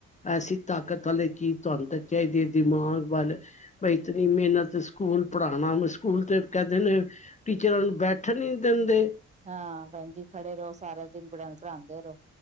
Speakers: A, on the left (about 25°); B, on the right (about 25°).
A: ਐਸੀ ਤਾਕਤ ਵਾਲੇ ਚੀਜ਼ ਤੁਆਨੂੰ ਤੇ ਚਾਈਦੀ ਏ ਦਿਮਾਗ ਵੱਲ ਬ ਇਤਨੀ ਮਿਹਨਤ ਸਕੂਲ ਪੜ੍ਹਾਉਣਾ ਸਕੂਲ ਤੇ ਕੈਦੇ ਨੇ ਟੀਚਰਾਂ ਨੂੰ ਬੈਠਣ ਈ ਨੀ ਦਿੰਦੇ।
B: ਹਾਂ ਬੈਨਜੀ ਖੜੇ ਰਓ ਸਾਰਾ ਦਿਨ ਬੜਿਆਂ ਨੂੰ ਪੜਾਂਦੇ ਰਓ।